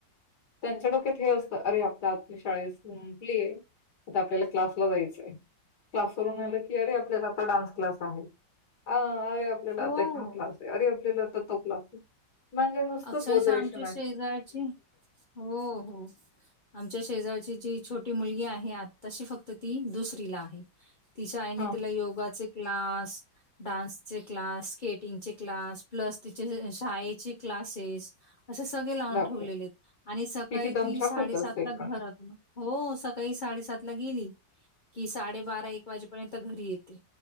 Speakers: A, on the left; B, on the left.
A: त्यांच्या डोक्यात हे असत अरे आप आपली शाळ संपलीय आता आपल्याला क्लासला जायचंय क्लासवरून आलं की अरे आपल्याला आता डान्स क्लास आहे. अरे आपल्याला
B: हो
A: आता ह्या क्लास आहे. अरे आपल्याला. तो क्लास. म्हणजे नुसतं
B: अक्षरशः
A: बोदरेश
B: आमच्या शेजारची हो हो आमच्या शेजारची जी छोटी मुलगी आहे आत्ताशी फक्त ती दुसरीला आहे तिच्या आईने
A: हां,
B: तिला योगाचे क्लास डान्सचे क्लास स्केटिंगचे क्लास प्लस तिचे शाळेची क्लासेस असे सगळे लावून
A: बापरे!
B: ठेवलेले आहेत आणि सकाळी
A: तिची दमछाक
B: ती साडेसात
A: होत असेल
B: ला घरातून
A: पण
B: हो सकाळी साडेसात ला गेली की साडेबारा एक वाजेपर्यंत घरी येते